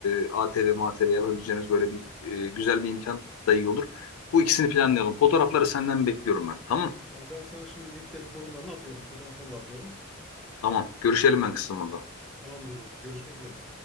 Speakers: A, on the left (about 80°); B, in the centre.
A: e, ATV, MATV yapabileceğimiz böyle bir e, güzel bir imkan da iyi olur. Bu ikisini planlayalım. Fotoğrafları senden bekliyorum ben. Tamam.
B: Ya ben sana şimdi linklerin konumlarını atıyorum, fotoğraflarını da atıyorum.
A: Tamam. Görüşelim ben kısmında.
B: Tamamdır dostum. Görüşmek üzere.